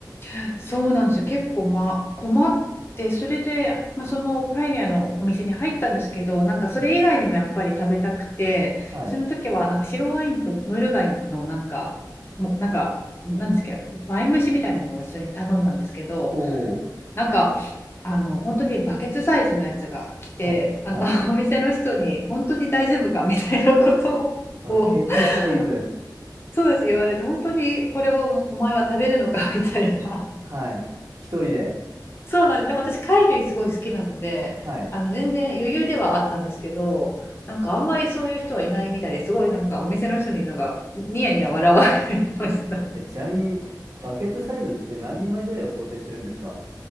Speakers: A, on the left; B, on the right.
A: あ。そうなんですよ。結構、まあ、困って、それで、まあ、そのパエリアのお店に入ったんですけど、なんかそれ以外にもやっぱり食べたくて、
B: はい。はい。
A: その時はなんか白ワインとムール貝のなんか、もうなんか、なんですけど、ワイン蒸しみたいなのを一緒に頼んだんですけど、
B: おお、
A: なんかあの本当にバケツサイズのやつが来てあの
B: はい。はい。
A: <laughs> お店の人に本当に大丈夫かみたいなことを
B: バケツサイズ。
A: <laughs> そうです言われて本当にこれをお前は食べるのか <laughs> みたいな
B: はい。一人で。
A: そうなんですでも私貝類すごい好きなのであの全然余裕ではあったんですけどなんかあんまりそういう人はいないみたいですごいなんかお店の人になんかニヤニヤ笑われました
B: はい。え、ちなみに、バケツサイズって何人前ぐらいを想定してるんですか